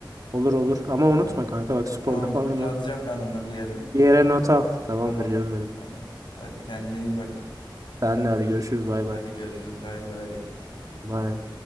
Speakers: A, on the right; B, on the left.
A: Olur olur ama unutma
B: Tamam.
A: kanka bak sporda
B: Tamam
A: falan
B: yazacağım
A: unutma.
B: ben ona bir yere.
A: Bir yere not al. Tamamdır
B: Tamam.
A: canım benim.
B: Tamam. Hadi kendine iyi bak.
A: Senle hadi görüşürüz bay
B: Hadi
A: bay.
B: görüşürüz. Bay bay.
A: Bay.